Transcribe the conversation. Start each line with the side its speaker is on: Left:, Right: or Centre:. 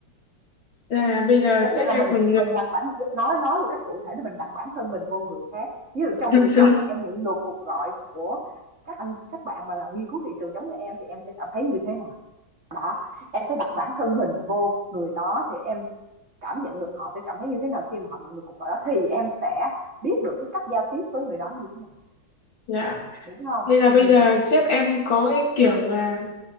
Left: là bây giờ
Right: giống như
Left: sếp
Right: là
Left: em
Right: mình
Left: còn
Right: mình đặt bản nói nói một cách cụ thể là mình đặt bản thân mình vô người khác ví dụ trong
Left: uh,
Right: trường
Left: <laughs>
Right: hợp mà em nhận được cuộc gọi của các anh các bạn mà là nghiên cứu thị trường giống như em thì em sẽ cảm thấy như thế nào Đó, em phải đặt bản thân mình vô người đó thì em cảm nhận được họ sẽ cảm thấy như thế nào khi mà họ nhận được cuộc gọi đó thì em sẽ biết được cái cách giao tiếp với người đó như thế nào,
Left: dạ
Right: đúng không?
Left: nên là
Right: Ừm.
Left: bây giờ sếp em có cái kiểu là